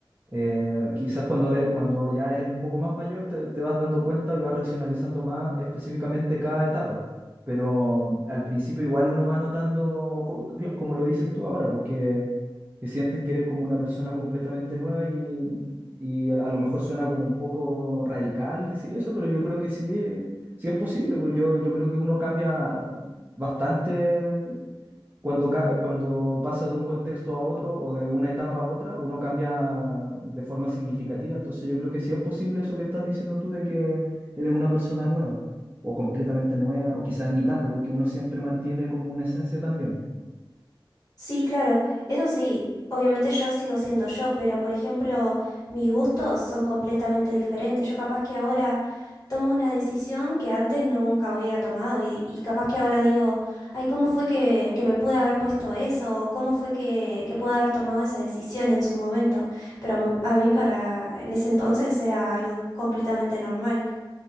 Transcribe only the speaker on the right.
Eh, quizás cuando, eres- cuando ya eres un poco más mayor te, te vas dando cuenta y vas racionalizando más específicamente cada etapa. Pero al principio igual uno va notando, o co- cl- como lo dices tú ahora, pues que, que sientes que eres como una persona completamente nueva y, y a, a lo mejor suena como un poco radical decir eso, pero yo creo que sí es, sí es posible, porque yo, yo creo que uno cambia bastante cuando, ca- cuando pasa de un contexto a otro o de una etapa a otra, uno cambia de forma significativa. Entonces yo creo que sí es posible eso que estás diciendo tú de que eres una persona nueva o completamente nueva o quizás ni tanto, porque uno siempre mantiene como una esencia también.